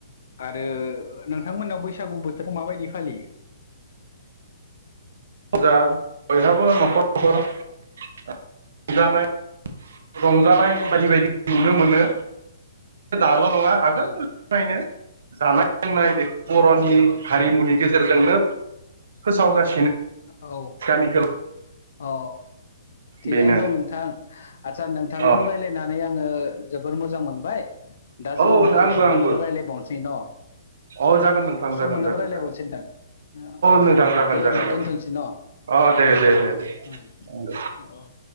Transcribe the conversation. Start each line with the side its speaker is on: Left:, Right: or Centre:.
Left: आरो नोंथांमोनाव बै सागु बोथोरखो माबायदि फालियो?
Right: जा बयहाबो न'खर न'खर रंजानाय रंजानाय बायदि बायदि नुनो मोनो दाल' नङा आगोलनिफ्रायनो।
Left: औ
Right: जानाय लोंनाय बर'नि
Left: औ
Right: हारिमुनि गेजेरजोंनो फोसावगासिनो
Left: औ।
Right: गामि गोलाव
Left: अ थिगानो
Right: बेनो
Left: दं नोंथां आचसा नोंथांजों
Right: अ
Left: रायज्लायनानै आङो जोबोर मोजां मोनबाय दा जों
Right: औ
Left: उनफोराव
Right: आंबो
Left: सम
Right: आंबो
Left: मोनोबा रायज्लायबावनोसै न।
Right: औ जागोन नोंथां
Left: सम
Right: जागोन
Left: मोनोबा
Right: जागोन
Left: रायलायबावनसै
Right: जागोन
Left: नोंथां। औ
Right: नोंथां जागोन
Left: दे
Right: जागोन
Left: होमबा दोनथ'नोसै न' औ
Right: अ दे दे दे
Left: औ। उम
Right: दे
Left: औ।